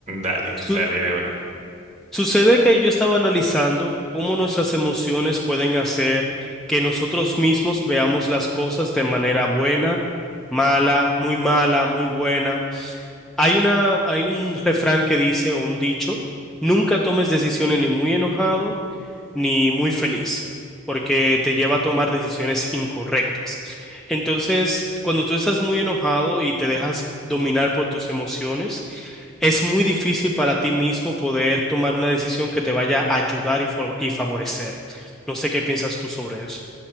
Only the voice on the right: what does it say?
Dale,
dale de una.